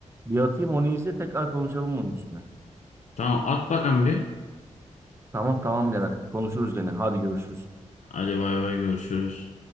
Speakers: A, on the right; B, on the left.
A: Bir atayım onu izle tekrar konuşalım onun üstüne.
B: tamam at bakalım bir.
A: Tamam tamam birader. Konuşuruz gene. Hadi görüşürüz.
B: Hadi bay bay görüşürüz.